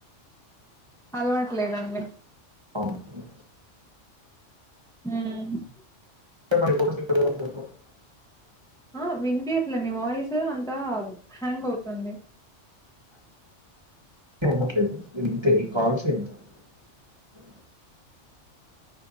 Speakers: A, in the centre; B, on the right.
A: అలవాట్లేదండి
B: అవునండి
A: హ్మ్ హు
B: ఎ మపోడ <inaudible>
A: ఆ వినిపియ్యట్లేదు మీ వాయిస్ అంతా హ్యాంగ్ అవుతుంది
B: అవట్లేదు ఇ ఇంతే ఈ కాల్సే ఇంత అ